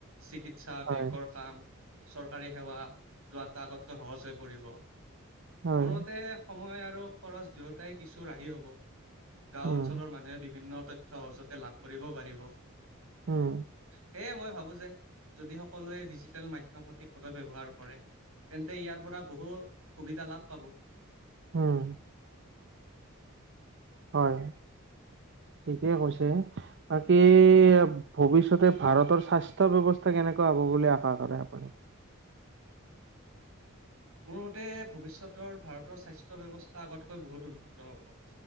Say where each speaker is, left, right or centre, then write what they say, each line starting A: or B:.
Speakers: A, on the right; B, on the right.
A: চিকিৎসা,
B: হয়
A: বেংকৰ কাম। চৰকাৰী সেৱা লোৱাটো আগতকৈ সহজ হৈ পৰিব।
B: হয়
A: মোৰ মতে সময় আৰু খৰচ দুয়োটাই কিছু ৰাহি হ'ব। গাঁও
B: উম
A: অঞ্চলৰ মানুহে বিভিন্ন তথ্যয় সহজতে লাভ কৰিব পাৰিব।
B: উম!
A: সেয়ে মই ভাবো যে যদি সকলোৱে ডিজিটেল মাধ্যয়ম সঠিকভাৱে ব্যৱহাৰ কৰে তেন্তে ইয়াৰ পৰা পৰা বহু সুবিধা লাভ পাব।
B: উম! হয়। ঠিকেই কৈছে বাকী ভৱিষ্যতে ভাৰতৰ স্বাস্থ্য ব্যৱস্থা কেনেকুৱা হ'ব বুলি আশা কৰে আপুনি?
A: <inaudible> মোৰ মতে ভৱিষ্যতৰ ভাৰতৰ স্বাস্থ্য ব্যৱস্থা আগতকৈ বহুত উন্নত হ'ব।